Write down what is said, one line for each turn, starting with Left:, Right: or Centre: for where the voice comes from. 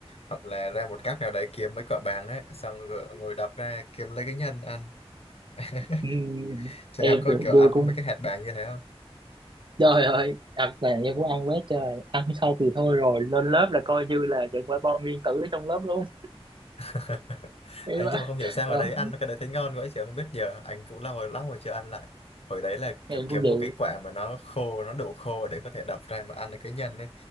Left: hoặc là ra một góc nào đấy kiếm mấy quả bàng ấy, xong rồi ngồi đập ra kiếm lấy cái nhân ăn. <laughs>
Right: Ừ,
Left: Chỗ
Right: em
Left: em có
Right: từ
Left: kiểu
Right: xưa
Left: ăn
Right: cũng
Left: mấy cái hạt bàng như thế không?
Right: trời ơi thật là em cũng ăn quá trời ăn xong thì thôi rồi lên lớp là coi như là những quả bom nguyên tử ở trong lớp luôn
Left: <laughs>
Right: em
Left: ấy
Right: ạ.
Left: nhưng mà không hiểu sao
Right: đó
Left: ở đấy ăn cái đấy thấy ngon quá chị không biết giờ anh cũng lâu rồi lắm rồi chưa ăn lại. Hồi đấy là kiểu
Right: em
Left: kiếm
Right: cũng vậy
Left: một cái quả mà nó khô, nó đủ khô để có thể đập ra mà ăn được cái nhân ấy,